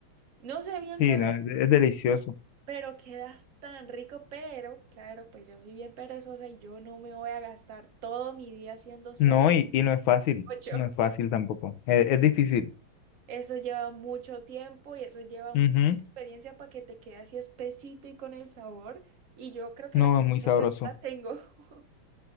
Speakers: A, on the right; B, on the left.
A: No sé bien
B: Sí,
A: qué, le-
B: no, es, es delicioso.
A: pero queda tan rico, pero claro, pues yo soy bien perezosa y yo no me voy a gastar todo mi día haciendo solo
B: No, y, y no es fácil,
A: ocho.
B: no es fácil tampoco. Es, es difícil.
A: Eso lleva mucho tiempo y eso lleva
B: Ujú.
A: mucha experiencia para que te quede así espesito y con el sabor. Y yo creo que
B: No,
A: la experiencia
B: es muy sabroso.
A: no la tengo. <laughs>